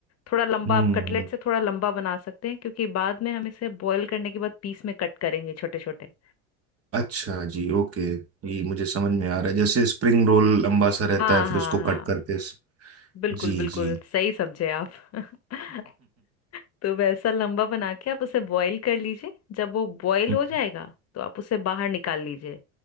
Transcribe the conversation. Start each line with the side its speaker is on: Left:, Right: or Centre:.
Left: थोड़ा लंबा
Right: हम्म
Left: आप कटलेट
Right: हम्म
Left: से थोड़ा लंबा बना सकते हैं क्योंकि बाद में हम इसे बॉईल करने के बाद पीस में कट करेंगे छोटे छोटे
Right: अच्छा जी ओके ये मुझे समझ में आ रहा है जैसे स्प्रिंग रोल लंबा सा रहता
Left: हाँ
Right: है फिर
Left: हाँ
Right: उसको
Left: हाँ
Right: कट करके जी
Left: बिल्कुल बिल्कुल
Right: जी
Left: सही समझे आप <laughs> तो वैसा लंबा बना के आप उसे बॉईल कर लीजिए जब वो बॉईल
Right: <laughs>
Left: हो जाएगा तो आप उसे बाहर निकाल लीजिए